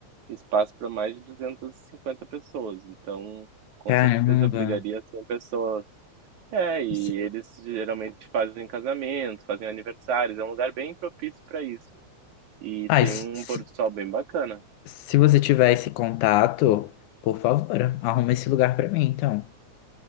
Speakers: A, on the right; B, on the left.
A: espaço para mais de 250 pessoas, então com
B: Caramba.
A: certeza abrigaria 100 pessoas. É, e
B: Se,
A: eles geralmente fazem casamentos, fazem aniversários, é um lugar bem propício para isso. E
B: ai,
A: tem
B: se,
A: um
B: se,
A: pôr do sol bem bacana.
B: se você tiver esse contato, por favor, arruma esse lugar pra mim, então.